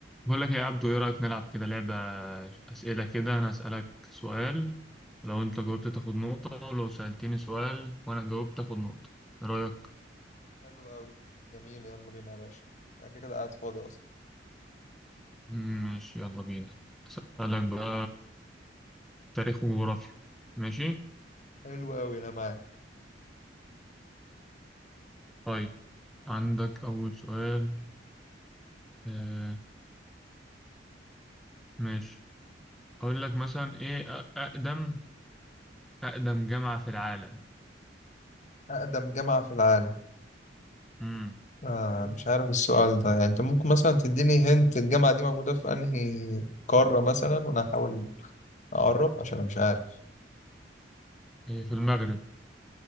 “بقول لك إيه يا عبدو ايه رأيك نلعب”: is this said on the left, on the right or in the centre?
Centre